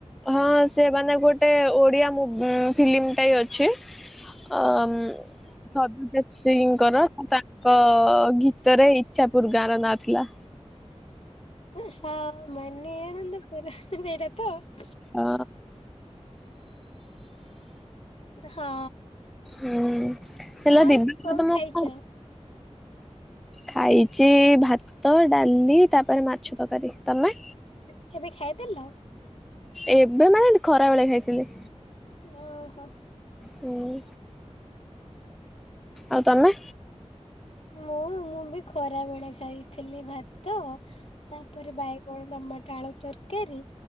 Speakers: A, in the centre; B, on the left.
A: ହଁ, ସେ ମାନେ ଗୋଟେ ଓଡିଆ ମୁଭ ଫିଲ୍ମଟାଏ ଅଛି। ଆମ୍ ସବୁପିଛିଙ୍କର, ତାଙ୍କ ଗୀତରେ ଇଚଛା ପୂର୍ ଗାର ନା ଥିଲା।
B: ହଁ, ମାନେ ଏନନ୍ଦ ପୁର। ସେଇଟାତ ହ।
A: ଅ
B: ହଁ।
A: ହୁଁ, ହେଲା
B: ଆଉ
A: ଦିବ୍ୟାଙ୍କ
B: କଣ
A: ତମ
B: ଖାଇଛ?
A: <inaudible> ଖାଇଚି ଭାତ, ଡାଲି ତାପରେ ମାଛ ତକାରୀ। ତମେ?
B: ଏବେ ଏବେ ଖାଇଦେଲ?
A: ଏବେ ମାନେ ଖରାବେଳେ ଖାଇଥିଲି।
B: ଓହୋ!
A: ହୁଁ, ଆଉ ତମେ?
B: ମୁଁ ମୁଁ ବି ଖରା ବେଳେ ଛାଇଥିଲି ଭାତ୍ ତ ତା'ପରେ ବାଇଗଣ, ଟମାଟ, ଆଳୁ ତରକାରୀ,